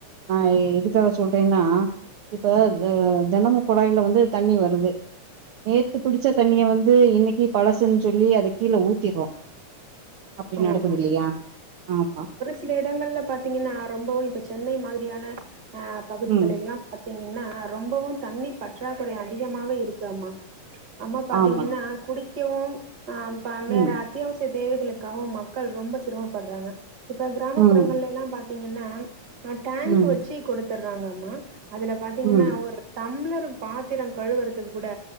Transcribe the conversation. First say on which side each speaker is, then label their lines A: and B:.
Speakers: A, on the right (about 65°); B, on the right (about 35°).
A: அ எதுக்காக சொல்றேனா இப்ப த தெனமு குழாய்ல வந்து தண்ணி வருது நேத்து பிடிச்ச தண்ணிய வந்து இன்னைக்கி பழசுன் சொல்லி அத கீழ ஊத்திறோ அப்டி
B: ஆமாமா
A: நடக்குது இல்லயா ஆமா
B: சில எடங்கள்ல பாத்தீங்கனா ரொம்பவு இப்ப சென்னை மாதிரியான ஆ பகுதிகள்
A: ம்
B: எல்லா பாத்தீங்கனா ரொம்பவு தண்ணி பற்றாக்குறை அதிகமாவே இருக்காமா அம்மா பாத்தீங்கனா
A: ஆமாங்
B: குடிக்கவு அ பா வேற
A: ம்
B: அத்தியாவசிய தேவைகளு காவு மக்கள் ரொம்ப சிரமப்பட்றாங்க இப்ப கிராமப்புறங்கள்
A: ம்,
B: எல்லா பாத்தீங்கனா ஆ டேங்க்கு
A: ம்,
B: வச்சி குடுத்துடுறாங்கமா அதுல பாத்தீங்கனா
A: ம்,
B: ஒர் தம்ளரு பாத்திரோ கழுவுறதுக்கு கூட